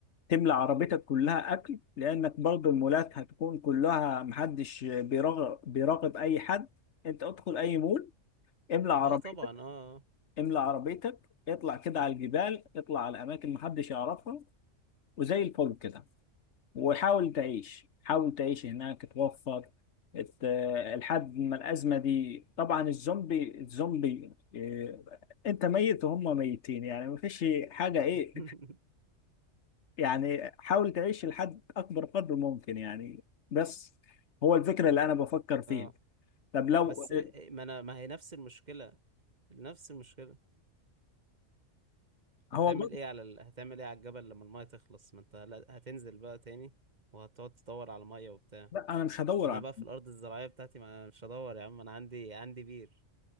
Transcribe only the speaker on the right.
اه طبعا اه
<laughs>
اه
بس
إيه- ما انا ما هي نفس المشكله نفس المشكله
هتعمل
ايه على ال... هتعمل ايه على الجبل لما المايه تخلص ما انت لا- هتنزل بقى تاني وهتقعد تدور على ميه وبتاع
انا
بقى في الارض الزراعيه بتاعتي ما أنا مش هدور يا عم انا عندي عندي بير